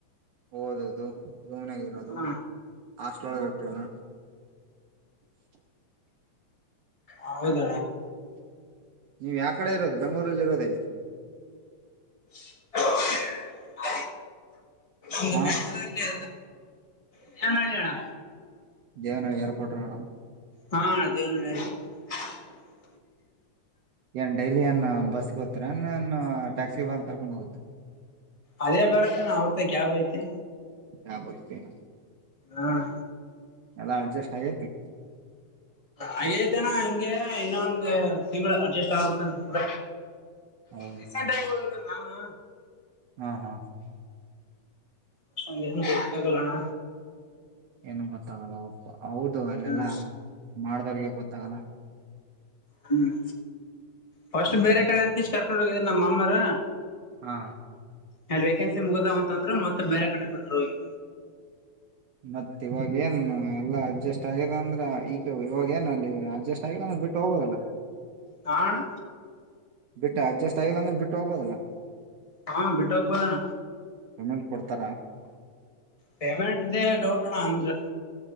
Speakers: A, on the right (about 70°); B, on the left (about 55°).
A: ಓದೋದು ರೂಮನಗ ಇರೋದು
B: ಹ
A: ಹಾಸ್ಟೆಲ್ ಒಳಗೆ ಇರ್ತವಲ್ಲ <inaudible>
B: ಹೌದ
A: ನೀವು ಯಾವ ಕಡೆ ಇರೋದು ಬೆಂಗಗಳೂರಲ್ಲಿ ಇರೋದೆ ನೀವು
B: <inaudible> ಒಂದು
A: ಹಾ
B: ಬೆಂಗಳೂರಲ್ಲಿ. ದೇವನಹಳ್ಳಿ ಅಣ್ಣ.
A: ದೇವನಹಳ್ಳಿ ಎರಪೋರ್ಟ್ ರೋಡ್
B: ಹಾ ದೇವನಹಳ್ಳಿ ಏರ್ಪೋರ್ಟ್ ರೋಡ್.
A: ಏನ್ ಡೈಲಿ ಅನ್ನ ಬಸ್ಗೆ ಹೋತ್ತರ ಅನ್ನ ಟ್ಯಾಕ್ಸಿ ಬಂದ ಕರ್ಕೊಂಡ್ ಹೋಗುತ್ತ.
B: ಅದೇ ಬರತ್ತ ನ ಅವರದ ಕ್ಯಾಬ್ ಐತಿ.
A: ಕ್ಯಾಬ್ ಐತಿ.
B: ಹ
A: ಎಲ್ಲ ಅಡ್ಜಸ್ಟ್ ಆಗೆತಿ
B: ಹಾಗೇ ಐತನಾ ಹಿಂಗೆ ಇನ್ನೊಂದು ತಿಂಗಳು ಅಡ್ಜಸ್ಟ್ ಆಗ್ಬೇಕಂದ್ರೆ ಕೂಡ.
A: ಹೌದು
B: ರೀಸೆಂಟ್ ಆಗಿ ಹೋದರು. ನಾನು
A: ಹಾ ಹಾ
B: ಅಷ್ಟೊಂದ್ ಏನು ಗೊತ್ತಾ ಆಗಲ್ಲ ಅಣ್ಣ.
A: ಏನು ಗೊತ್ತಾಗಲ್ಲ ಒಪ್ಪ ಹೌದು ಅಲ್ಲೆಲ್ಲಾ
B: ಹ್ಮ್
A: ಮಾಡ ನಮ್ಮೂಹಂತವರಿಗೆ ಗೊತ್ತಾಗಲ್ಲ.
B: ಹ್ಮ್ ಫಸ್ಟ್
A: ಹ್ಮ್ ಹ್ಮ್
B: ಬೇರೆ ಕಡೆ ಅಂತ ಇ ಕರ್ಕೊಂಡು ಹೋಗಿದ್ದರ ನಮ್ಮ ಮಾಮ್ಮರ
A: ಹಾ
B: ಹೇಳ್ಬೇಕ. ಮುಗದಾವ್ ಅಂತ ಅಂದ್ರೆ ಮತ್ತೆ ಬೇರೆ ಕಡೆ ಬಿಟ್ಟ್ರ ಹೋಗಿ.
A: ಮತ್ತ ಇವಾಗ ಏನ್ ಎಲ್ಲಾ ಅಡ್ಜಸ್ಟ್ ಆಗಿದೆ ಅಂದ್ರ ಈಗ ಇವಾಗ ಏನು ಅಲ್ಲಿ ಅಡ್ಜಸ್ಟ್ ಆಗಿಲ್ಲ ಅಂದ್ರೆ ಬಿಟ್ಟು ಹೋಗೋದಲ್ಲ
B: ಹಾ ಅಣ್ಣ.
A: ಬಿಟ್ಟ ಅಡ್ಜಸ್ಟ್ ಆಗಿಲ್ಲ ಅಂದ್ರೆ ಬಿಟ್ಟು ಹೋಗೋಬದಲ್ಲ.
B: ಹಾ ಬಿಟ್ಟಹೋಗಬಹುದು ಅಣ್ಣ.
A: ಪೇಮೆಂಟ್ ಕೊಡ್ತಾರ
B: ಪೇಮೆಂಟದೆ ಡೌಟ್ ಅಣ ಅಂದ್ರ